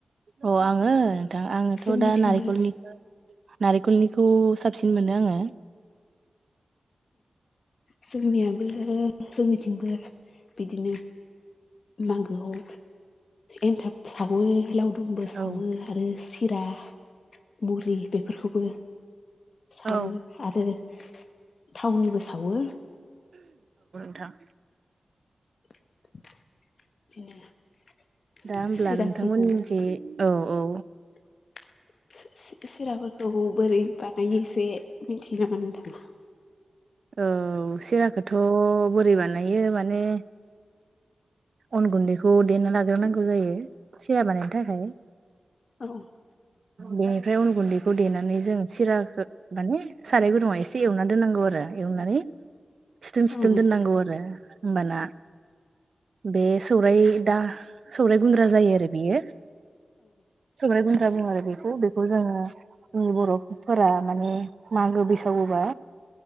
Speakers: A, on the right; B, on the left.
A: अ आङो नोंथां आङोथ'
B: जोंनिथिंबो
A: दा नारेंखलनिखो नारेंखलनिखौ साबसिन मोनो आङो
B: जोंनियाबो जोंनिथिंबो बिदिनो मागोआव एन्थाब सावो लावदुम खुुमबो सावो
A: औ
B: आरो सिरा मुरि बेफोरखौबो सावो
A: औ
B: आरो थावनिबो सावो
A: था
B: <unintelligible> <inaudible>
A: दा होमब्ला
B: सिराफोरखौ
A: नोंथांमोननिखै औ औ
B: <unintelligible> <inaudible> सिराफोरखौ बोरै बानायो एसे मिथियो नामा नोंथाङा
A: औ सिराखौथ' बोरै बानायो माने अन गुन्दैखौ देना लाग्रोनांगौ जायो सिरा बानायनो थाखाय
B: औ
A: बेनिफ्राय उन गुन्दै खौ देनानै जों सिराखौ माने साराय गुदुुंआव एसे एवना दोननांगौ आरो एवनानै सिथुम सिथुम
B: औ
A: दोननांगौ आरो होमबाना बे सौराय दा सौराय गुन्द्रा जायो आरो बेयो सराय गुनद्रा बुङो आरो बेखौ बेखौ जोङो जोंनि बर'फोरा माने मागो बैसागोबा